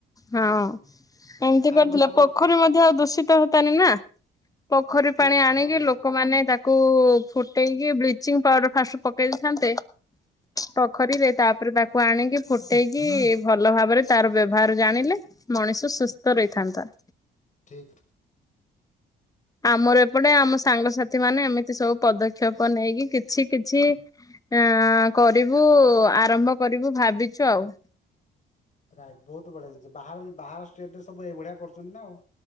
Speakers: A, on the left; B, on the left.
A: ହଁ, ଏମିତି କରିଦେଲେ
B: ଦେଶ
A: ପୋଖରୀ ମଧ୍ୟ ଆଉ ଦୂଷିତ ହୁଅନ୍ତା ନି ନା। ପୋଖରୀ
B: କି
A: ପାଣି ଆଣିକି
B: ହଁ
A: ଲୋକମାନେ ତାକୁ କୁ ଫୁଟେଇକି ବ୍ଲିଚିଂ ପାଉଡର ଫାଷ୍ଟ ପକେଇ ଦେଇଥାନ୍ତେ। ପୋଖରୀରେ ତାପରେ ତାକୁ ଆଣିକି ଫୁଟେଇକି ଭଲ ଭାବରେ ତାର ବ୍ୟବହାର ଜାଣିଲେ। ମଣିଷ ସୁସ୍ଥ ରହିଥାନ୍ତା।
B: ଠିକ୍।
A: ଆମର ଏପଟେ ଆମ ସାଙ୍ଗସାଥି ମାନେ ଏମିତି ସବୁ ପଦକ୍ଷେପ ନେଇକି କିଛି କିଛି ଆ କରିବୁ ଆରମ୍ଭ କରିବୁ ଭାବିଛୁ ଆଉ।
B: ରାଇଟ ବହୁତ ବଢିଆ ଜିନିଷ ବାହ ବାହାର ଷ୍ଟେଟ ରେ ସବୁ ଏଇଭଳିଆ କରଛନ୍ତି ନା ଆଉ।